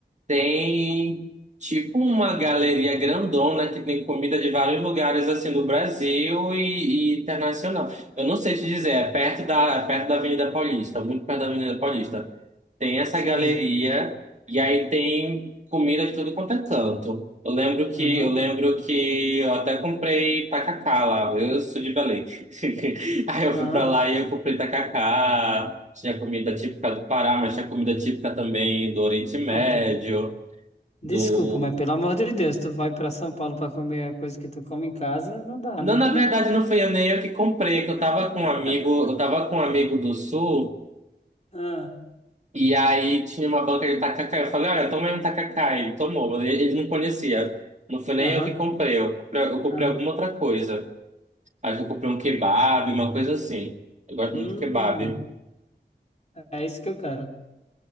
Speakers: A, on the right; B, on the left.
A: Tem tipo uma galeria grandona que tem comida de vários lugares assim do Brasil e, e internacional. Eu não sei te dizer, é perto da, é perto da Avenida Paulista, muito perto da Avenida Paulista. Tem essa
B: sei.
A: galeria e aí tem comida de tudo quanto é canto. Eu lembro que
B: Aham,
A: eu lembro que eu até comprei tacacá lá. Eu sou de Belém. <laughs> Aí eu
B: aham.
A: fui pra lá e eu comprei tacacá, tinha comida típica do Pará, mas tinha comida típica também do Oriente Médio,
B: Não, pe- Desculpa,
A: do...
B: mas pelo amor de Deus, tu vai para São Paulo para comer a coisa que tu come em casa, não dá,
A: Não,
B: né?
A: na verdade não foi eu nem eu que comprei, é que
B: <laughs>
A: eu tava com um amigo, eu tava com um amigo do Sul,
B: Ah,
A: e aí tinha uma banca de tacacá, eu falei, olha, tomei um tacacá, ele tomou, mas ele ele não conhecia. Não foi nem
B: Aham,
A: eu que comprei, eu comprei, eu comprei
B: aham.
A: alguma outra coisa. Acho que eu comprei um kebab, uma coisa assim. Eu gosto
B: Hum,
A: muito de kebab.
B: é isso que eu quero.